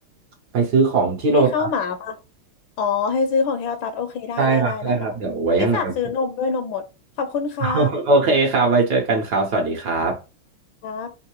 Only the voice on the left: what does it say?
<laughs> ให้เข้าวหมาป่ะอ๋อให้ซื้อของที่เราตัดโอเคได้ได้ได้ได้ได้
ที่ฝากซื้อนมด้วยนมหมดขอบคุณค่ะ
ครับ